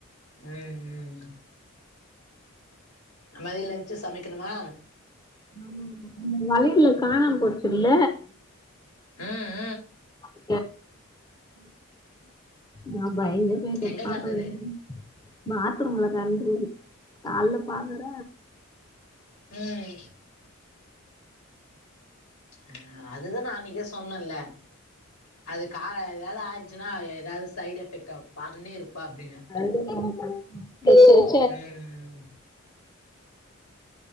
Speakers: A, on the left (about 85°); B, on the left (about 20°).
A: உம் உம் மதியம் லஞ்ச் சமைக்கணுமா
B: ஆமா அந்த வளையல் காணாம போச்சுல
A: உம்
B: <unintelligible> நா பயந்தே போயிட்டேன்
A: எங்க
B: பாக்கவேல்லை
A: கந்தது
B: னு பாத்ரூம்ல திறந்து காலையில பாக்கல
A: என்ன ஏய் அ அதுதான் நான் அன்னைக்கே சொன்னேன்ல அது கால ஏதாவது ஆயிச்சுன்னா ஏதாவது சைடு் எஃபெக்ட் ஆகும் பன்னிரு அப்படின்னு
B: <unintelligible>
A: ஏய்